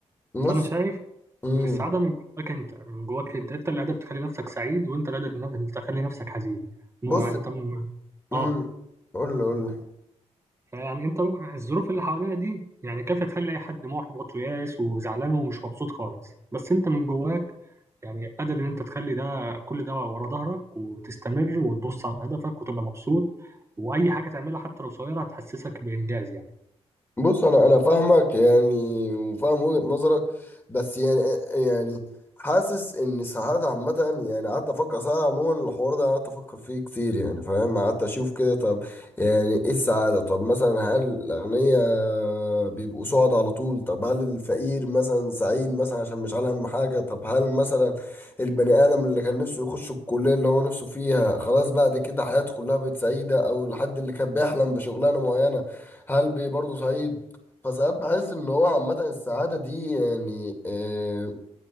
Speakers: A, on the left (about 20°); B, on the right (about 25°).
A: بص
B: فانا شايف
A: امم
B: ان السعاده من جواك انت من جواك انت انت اللي قادر تخلي نفسك سعيد وانت اللي قادر إنك تخلي نفسك حزين مو-
A: بص
B: يعني انت م-
A: امم
B: اه
A: قول لي قول لي
B: فيعني انت ممكن- الظروف اللي حوالينا دي يعني كافية تخلي اي حد محبط وياس وزعلان ومش مبسوط خالص بس انت من جواك يعني قادر ان انت تخلي ده كل ده ورا ظهرك وتستمر وتبص على هدفك وتبقى مبسوط واي حاجة تعملها حتى لو صغيرة هتحسسك بانجاز يعني
A: بص انا انا فاهمك يعني وفاهم وجهة نظرك بس يعني يعني حاسس ان ساعات عامة يعني قعدت افكر ساعات عموما الحوار ده قعدت افكر فيه كتير يعني فاهم قعدت اشوف كده طب يعني ايه السعادة طب مثلا هل الاغنياء بيبقوا سعد على طول طب هل الفقير مثلا سعيد مثلا عشان مش على هم حاجة طب هل مثلا البني ادم اللي كان نفسه يخش الكلية اللي هو نفسه فيها خلاص بعد كده حياته كلها بقت سعيدة او الحد اللي كان بيحلم بشغلانة معينة هلبي برضه سعيد فساعات بحس ان هو عامة السعادة دي يعني آه،